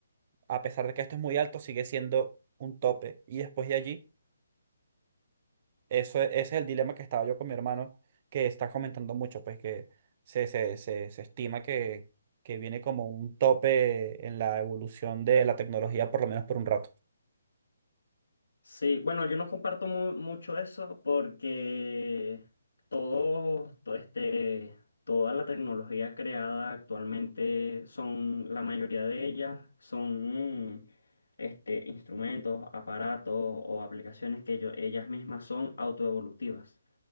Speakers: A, on the right; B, on the left.
A: A pesar de que esto es muy alto, sigue siendo un tope. Y después de allí eso, e- ese es el dilema que estaba yo con mi hermano, que está comentando mucho, pues que se, se, se, se estima que, que viene como un tope en la evolución de la tecnología, por lo menos por un rato.
B: Sí, bueno, yo no comparto mu- mucho eso porque todo, to- este, toda la tecnología creada actualmente son, la mayoría de ellas son mm, este, instrumentos, aparatos o aplicaciones que ello- ellas mismas son autoevolutivas.